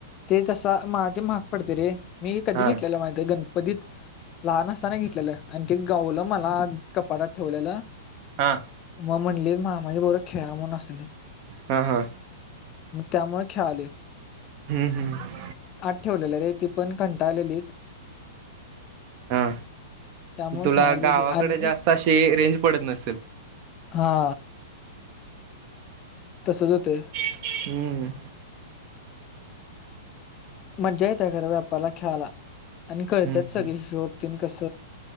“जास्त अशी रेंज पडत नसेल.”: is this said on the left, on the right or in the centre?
Right